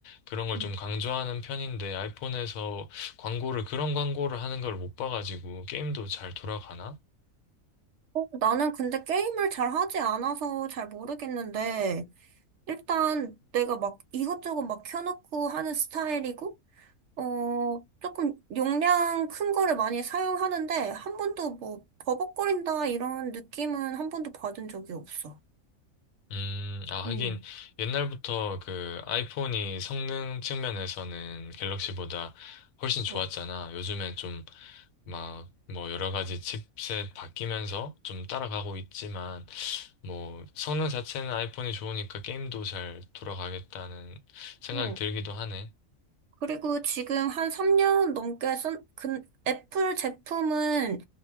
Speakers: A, on the left; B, on the right.
A: 그런 걸
B: 음.
A: 좀 강조하는 편인데, 아이폰에서 광고를, 그런 광고를 하는 걸 못 봐가지고, 게임도 잘 돌아가나?
B: 어, 나는 근데 게임을 잘 하지 않아서 잘 모르겠는데, 일단 내가 막 이것저것 막 켜놓고 하는 스타일이고, 어, 조금 용량 큰 거를 많이 사용하는데 한 번도 뭐 버벅거린다 이런 느낌은 한 번도 받은 적이 없어.
A: 음, 아, 하긴,
B: 음,
A: 옛날부터 그 아이폰이 성능 측면에서는 갤럭시보다 훨씬 좋았잖아.
B: 어,
A: 요즘에 좀 막, 뭐, 여러 가지 칩셋 바뀌면서 좀 따라가고 있지만, 뭐, 성능 자체는 아이폰이 좋으니까 게임도 잘 돌아가겠다는 생각이
B: 어,
A: 들기도 하네.
B: 그리고 지금 한 3년 넘게 쓴, 근, 애플 제품은,